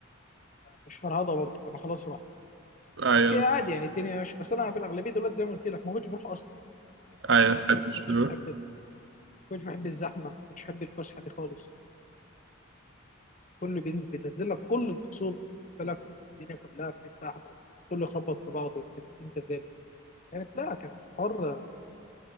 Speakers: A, on the left; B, on the right.
A: مش فرهضه برضه انا خلاص رحت
B: ايوه
A: اوكي عادي يعني الدنيا ماشيه بس انا في الاغلبيه دلوقتي زي ما قلت لك ما كنتش بروح اصلا
B: ايوه
A: زي
B: ما تحبش
A: ما قلت لك ما كنتش
B: تروح؟
A: بحب ال... ما كنتش بحب الزحمه ما كنتش بحب الفسحه دي خالص كله بينزل بينزل لك كل الفصول مختلف الدنيا كلها في حته واحده كله يخبط في بعضه والتنسيق كذلك كانت لا كانت حر